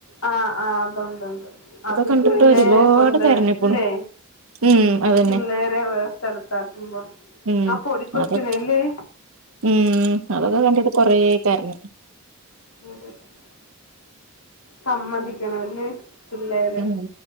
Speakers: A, on the left (about 85°); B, on the right (about 65°).
A: ആഹ് ആഹ് അതൊണ്ടൊണ്ട് അതില്
B: കണ്ടിട്ട്
A: പിള്ളേരെ
B: ഒരുപാട്
A: കൊണ്ട്
B: കരഞ്ഞിക്ക്ണു
A: ഇല്ലേ
B: ഉം അതെ
A: പിള്ളേരെ വേറെ സ്ഥലത്താക്കുമ്പോ
B: ഉം
A: ആ പൊടി കൊച്ചിനയല്ലേ
B: അതൊ ഉം അതൊക്കെ കണ്ടിട്ട് കൊറേ കരഞ്
A: <unintelligible> സമ്മതിക്കണം ല്ലേ പിള്ളേരെ
B: ഉം